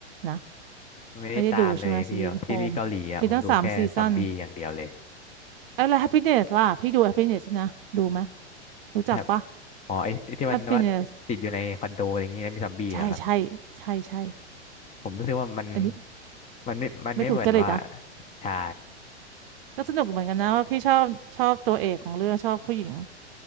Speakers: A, on the right; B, on the left.
A: นะ
B: ไม่ได้ตามเลยพี่แบบซีรีส์เกาหลีอ่ะผมดูแค่ซอมบี้อย่างเดียวเลย
A: ไม่ได้ดูใช่ไหมสวีทโฮมมีตั้งสามซีซั่นเอ้ยแล้ว Happiness ล่ะพี่ดู Happiness นะดูไหมยรู้จักปะ
B: ครับอ๋อไอ้ไอ้ที่มันว่าติดอยู่ในคอนโดอะไรอย่างงี้แล้วมีซอมบี้เหรอครับ
A: Happiness ใช่ใช่ใช่ใช่
B: ผมรู้สึกว่ามัน
A: อันนี้
B: มันไม่มันไม่เหมือนว่า
A: ไม่ถูกจริตอ่ะ
B: ใช่
A: ก็สนุกเหมือนกันนะว่าพี่ชอบชอบตัวเอกของเรื่องชอบผู้หญิง